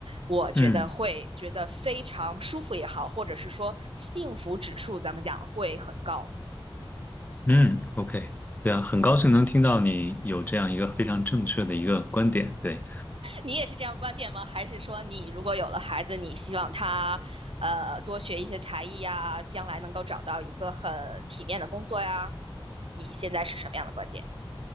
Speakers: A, on the right; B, on the left.
A: 我觉得会觉得非常舒服也好，
B: 嗯
A: 或者是说幸福指数咱们讲会很高。
B: 嗯，OK，对啊，很高兴能听到你有这样一个非常正确的一个观点，对。
A: 你也是这样观点吗？还是说你如果有了孩子，你希望他呃多学一些才艺呀，将来能够找到一个很体面的工作呀？你现在是什么样的观点？